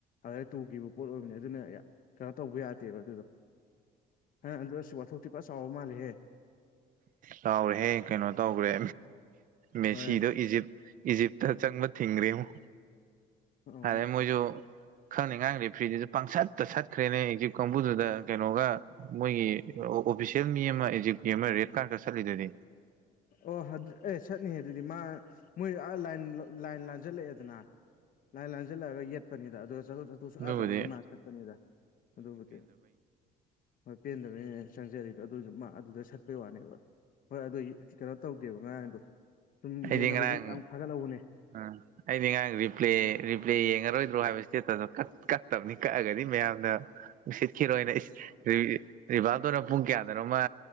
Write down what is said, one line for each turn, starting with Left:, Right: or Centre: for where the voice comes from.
Left: ꯑꯗ ꯇꯨꯈꯤꯕ ꯄꯣꯠ ꯑꯣꯏꯕꯅꯦ ꯑꯗꯨꯅ ꯀꯩꯅꯣ ꯇꯧꯕ ꯌꯥꯗꯦꯕ ꯑꯗꯨꯗꯣ ꯑꯗꯨ ꯋꯥꯊꯣꯛꯇꯤ ꯄꯨꯔ ꯆꯥꯎꯕ ꯃꯥꯂꯦꯍꯦ
Right: ꯆꯥꯎꯔꯦꯍꯦ ꯀꯩꯅꯣ ꯇꯧꯈ꯭ꯔꯦ ꯃꯦꯁꯤꯗꯣ
Left: ꯍꯣꯏ
Right: ꯏꯖꯤꯞ ꯏꯖꯤꯞꯇ ꯑꯆꯪꯕ ꯊꯤꯡꯒꯔꯦꯉꯣ
Left: ꯑꯣ
Right: ꯑꯗꯩ ꯃꯣꯏꯁꯨ ꯈꯪꯗꯦ ꯉꯔꯥꯡꯗꯤ ꯐ꯭ꯔꯤꯗꯨꯁꯨ ꯄꯥꯡꯁꯠꯇ ꯁꯠꯈ꯭ꯔꯦꯅꯦ ꯢꯖꯤꯞ ꯀꯥꯡꯕꯨꯗꯨꯗ ꯀꯩꯅꯣꯒ ꯃꯣꯏꯒꯤ ꯑꯣꯐꯤꯁꯦꯜ ꯃꯤ ꯑꯃ ꯑꯦꯖꯤꯞꯀꯤ ꯑꯃ ꯔꯦꯠ ꯀꯥꯠꯛ ꯁꯠꯂꯤꯗꯨꯗꯤ
Left: ꯑꯣ ꯑꯦ ꯁꯠꯅꯤ ꯑꯗꯨꯗꯤ ꯃꯥ ꯃꯣꯏ ꯑ ꯂꯥꯏ ꯂꯥꯏꯟ ꯂꯥꯟꯖꯜꯂꯛꯑꯦꯗꯅ ꯂꯥꯏ ꯂꯥꯟꯁꯤꯜꯂꯛꯑꯒ ꯌꯦꯠꯄꯅꯤꯗ ꯑꯗꯨ ꯆꯠꯊꯣꯛ ꯆꯠꯊꯣꯛ ꯁꯨ
Right: ꯑꯗꯨꯕꯨꯗꯤ
Left: ꯌꯥꯗꯕꯒꯤ ꯏꯃꯥ ꯁꯠꯄꯅꯤꯗ ꯑꯗꯨꯕꯨꯗꯤ ꯍꯣꯏ ꯄꯦꯟꯗꯕꯅꯤꯅꯅꯦ ꯆꯪꯖꯔꯤꯗꯣ ꯑꯗꯨꯁꯨ ꯃꯥ ꯑꯗꯨꯗ ꯁꯠꯄꯩ ꯋꯥꯅꯦꯕ ꯍꯣꯏ ꯑꯗꯨꯒꯤ ꯇꯧꯗꯦꯕ ꯉꯔꯥꯡ ꯑꯗꯣ ꯁꯨꯝ
Right: ꯑꯩꯗꯤ
Left: ꯌꯦꯡꯅꯕꯁꯤ
Right: ꯉꯔꯥꯡ
Left: ꯍꯧꯖꯤꯛ ꯌꯥꯝ ꯊꯥꯒꯠꯍꯧꯕꯅꯦ
Right: ꯑꯥ ꯑꯩꯗꯤ ꯉꯉꯥꯡ ꯔꯤꯄ꯭ꯂꯦ ꯔꯤꯄ꯭ꯂꯦ ꯌꯦꯡꯉꯔꯣꯏꯗ꯭ꯔꯣ ꯍꯥꯏꯕ ꯏꯁꯇꯦ ꯀꯠꯇꯕꯅꯤ ꯀꯛꯑꯒꯗꯤ ꯃꯌꯥꯝꯅ ꯎꯆꯠ ꯈꯔꯣꯏꯅ <inaudible> ꯔꯤꯚꯞꯇꯣꯅ ꯄꯨꯡ ꯀꯌꯥꯗꯅꯣꯃ